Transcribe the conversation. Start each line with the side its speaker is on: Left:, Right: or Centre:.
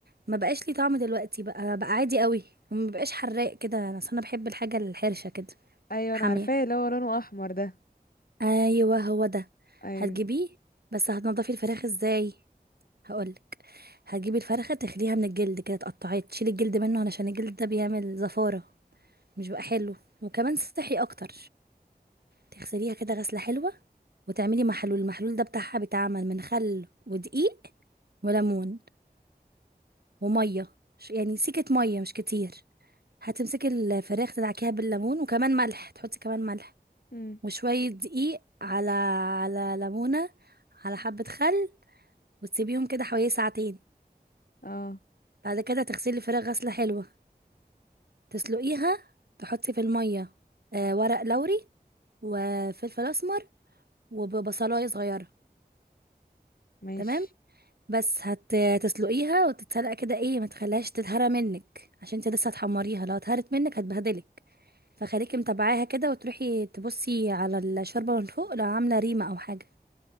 Right: ما بقاش ليه طعم دلوقتي بقى بقى عادي قوي وما بقاش حراق كده انا أصل انا بحب الحاجه الحرشه كده
Left: ايوه
Right: حاميه
Left: انا عارفاه اللي هو لونه احمر ده
Right: ايوه هو ده
Left: ايوه
Right: هتجيبيه بس هتنضفي الفراخ ازاي هقولك هتجيبي الفرخه تخليها من الجلد كده تقطعيه تشيلي الجلد منه علشان الجلد ده بيعمل زفاره مش بقى حلو وكمان صحي اكتر تغسليها كده غسله حلوه وتعملي محلول المحلول ده بتاعها بيتعمل من خل ودقيق وليمون وميه ش- يعني سيكه ميه مش كتير هتمسكي الفراخ تدعكيها بالليمون وكمان ملح تحطي كمان ملح
Left: امم
Right: وشوية دقيق على على ليمونة على حبة خل وتسيبيهم كده حوالي ساعتين
Left: اه
Right: بعد كده تغسلي الفراخ غسلة حلوة تسلقيها تحطي في المية آه ورق لوري وفلفل أسمر وبصلاية صغيرة
Left: ماشي
Right: تمام بس هت- هتسلقيها وتتسلق كده ايه ما تخليهاش تتهرى منك عشان انت لسه هتحمريها لو اتهرت منك هتبهدلك فخليكي متابعاها كده وتروحي تبصي على الشوربة من فوق لو عاملة ريمة أو حاجة